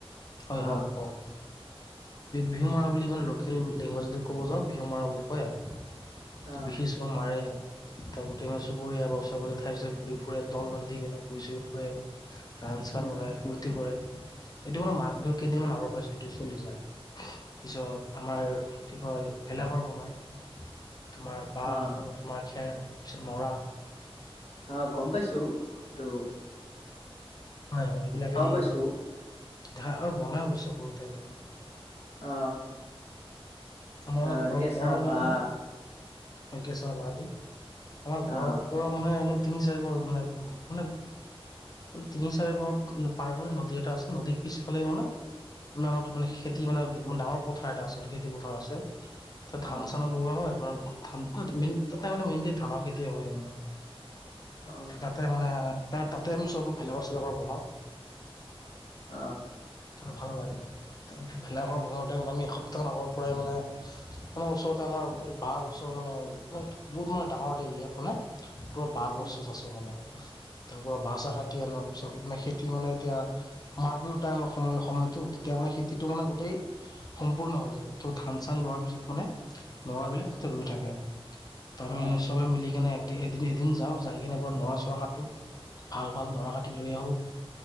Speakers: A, on the left (about 40°); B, on the left (about 85°).
A: হয়
B: অ
A: হওক হওক। বিহু মাৰা বুলি মানে লোকেল লেংগুৱেজটো ক'ব যাওঁ বিহু মাৰা বুলি কয় আৰ। ত
B: অ
A: বিহু-চিহু মাৰে, ত গোটেই মানে চুবুৰীয়া ওচৰে পজৰে ঠাইছে ঘুৰি ফুৰে, দল বান্ধি কেনে ঘূৰি-চূৰি ফুৰে, গান-চান
B: উম
A: গাই, ফূৰ্তি কৰে। এইটো মানে মাঘ বিহুৰ কেইদিনমান আগৰ পিছত এইটো চলি যায়। পিছত আমাৰ
B: অ
A: কি কয় ভেলা ঘৰ বনাই। তোমাৰ বাহ
B: অ
A: আৰু তোমাৰ খেৰ পিছত নৰা
B: অ গম পাইছো এইটো
A: হয় হয় এইবিলাকেদি
B: পাইছো
A: ঘা আৰু বনাই পাইছো সৰুতে আমি।
B: অ।
A: আমাৰ
B: ধৰা
A: ঘৰৰ
B: কেঁচা
A: ঘৰৰ
B: বাঁহ
A: মানে কেচা বাহ দি আমাৰ ঘৰৰ
B: অ
A: ওপৰত মানে অলপ তিনি-চাৰি ঘৰ মানে মানে তিনি-চাৰি ঘৰ পাৰ কৰি নদী এটা আছে নদীৰ পিছফালে মানে মানে আমাৰ খেতি মানে ডাঙৰ পথাৰ এটা আছে খেতি প পথাৰ আছে, তাত
B: অ
A: ধান-চান‌ও লগোৱা হয় <unintelligible> তাতে মানে মেইনলি ধানৰ খেতিয় হয় আমাৰ,
B: অ
A: তাতে মানে তাৰ তাতে চব ভেলাঘৰ-চেলাঘৰ বনাওঁ।
B: অ
A: ভাল লাগে। ভেলাঘৰ বনাওঁতে আমি এসপ্তাহ আগৰ পৰাই মানে মানে ওচৰতে আমাৰ এই বাহ‌ গছৰ মানে বহুত মানে ডাঙৰ দৰি ইয়াত মানে পুৰা বাঁহ
B: অ
A: গছ চছ আছে মানে। তাৰ পৰা বাহ-চাহ কাটি আনোঁ, পিছত মানে খেতি মানে এতিয়া মাঘ বিহুৰ টাইমৰ সময় সময়তো, তেতিয়া মানে খেতিটো মানে গোটেই সম্পূৰ্ণ হৈ যায়। ত ধান-চান লোৱাৰ পিছত মানে ল'ৰা বিলাক তাতে ৰুই থাকে।
B: অ
A: আমি
B: অ
A: চবে মিলি কিনে এদিন এদিন যাওঁ, যায় কিনে পোৰা নৰা চৰা কাটো। ভাল ভাল নৰা কাটি লৈ আহোঁ,